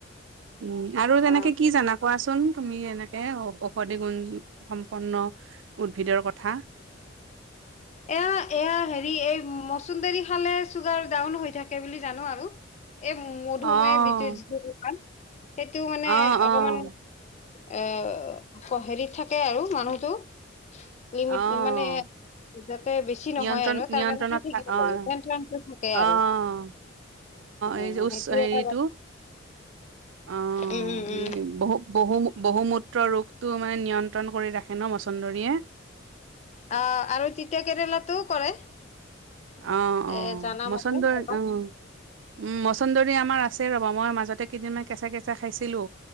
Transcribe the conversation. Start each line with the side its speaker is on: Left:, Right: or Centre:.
Right: উম আৰু তেনেকে
Left: অ
Right: কি জানা? কোৱাচোন তুমি এনেকেঔ ঔষধি গুণ সম্পন্ন উদ্ভিদৰ কথা <inaudible>
Left: এয়া এয়া হেৰি এই চুন্দৰী খালে চুগাৰ ডাউন হৈ থাকে বুলি জানো আৰু এই মধুমহ
Right: অ',
Left: বি যিটো দোকান সেইটো মানে
Right: অ',
Left: অকমান
Right: অ',
Left: এ হেৰিত থাকে আৰু মানুহতটো লিমিট
Right: অ',
Left: মানে যাতে বেছি নহয়
Right: নিয়ন্ত্ৰণ
Left: আৰু তাৰ
Right: নিয়ন্ত্ৰণত
Left: কাৰণে খাই থাকিব
Right: থা অ',
Left: লাগে থাকে
Right: অ',
Left: আৰু অ
Right: এই যে উচ্চ
Left: সেইটোে
Right: হেৰিটো
Left: এটা কথা
Right: অ
Left: উম
Right: সেই
Left: উম
Right: বহু বহু বহুমূত্ৰ ৰোগটো মানে নিয়ন্ত্ৰণ কৰি ৰাখে ন মচন্দৰীয়ে
Left: অ আৰু তিতয়া কেৰেলাটোও কৰে
Right: আহ অ
Left: এ জানা
Right: মচন্দৰ
Left: মতে অলপ
Right: আহ উম মছন্দৰী আমাৰ আছে ৰ'বা মই মাজতে কেইদিনমান কেঁচা কেঁচা খাইছিলো